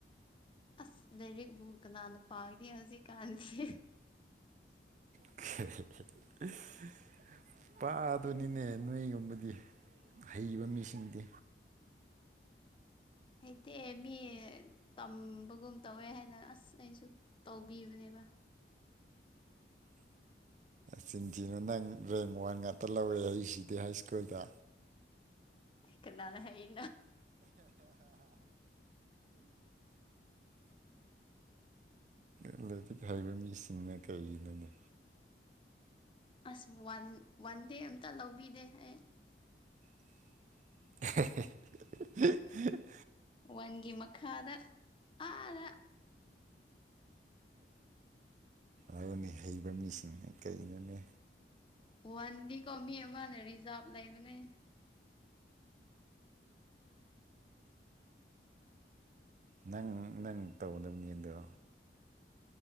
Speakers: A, on the left (about 30°); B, on the right (about 45°).
A: ꯑꯁ ꯂꯩꯔꯤꯛꯕꯨ ꯀꯅꯥꯅ ꯄꯥꯅꯤ ꯍꯧꯖꯤꯛꯀꯥꯟꯁꯤ
B: <unintelligible> ꯄꯥꯗꯣꯏꯅꯤꯅꯦ ꯅꯣꯏꯒꯨꯝꯕꯗꯤ ꯍꯩꯕ ꯃꯤꯁꯤꯡꯗꯤ
A: ꯍꯩꯇꯦ ꯃꯤ ꯇꯝꯕꯒꯨꯝ ꯇꯧꯋꯦ ꯍꯥꯏꯅ ꯑꯁ ꯑꯩꯅꯁꯨ ꯇꯧꯕꯤꯕꯅꯦꯕ ꯋꯥ <unintelligible>
B: ꯆꯤꯟꯊꯤꯅ ꯅꯪ ꯔꯦꯡ ꯋꯥꯟ ꯉꯥꯛꯇ ꯂꯧꯋꯦ ꯑꯩꯁꯤꯗꯤ ꯍꯥꯏ ꯁ꯭ꯀꯨꯜꯗ
A: ꯀꯅꯥꯅ ꯍꯥꯏ
B: ꯎ ꯍꯩꯕ ꯃꯤꯁꯤꯡꯅ ꯀꯩꯒꯤꯅꯣꯅꯤ
A: ꯑꯁ ꯋꯥꯟ ꯋꯥꯟ ꯗꯦ ꯑꯝꯇ ꯂꯧꯕꯤꯗꯦ ꯑꯩ
B: <unintelligible>
A: ꯋꯥꯟꯒꯤ ꯃꯈꯥꯗ ꯑꯥꯗ
B: ꯑꯗꯨ ꯍꯩꯕ ꯃꯤꯁꯤꯡꯅ ꯀꯔꯤꯩꯅꯣꯅꯦ
A: ꯋꯥꯟꯗꯤꯀꯣ ꯃꯤ ꯑꯃꯅꯦ ꯔꯤꯖꯥꯕ ꯂꯩꯕꯅꯦ
B: ꯅꯪ ꯅꯪ ꯇꯧꯒꯗꯕꯅꯤ ꯑꯗꯣ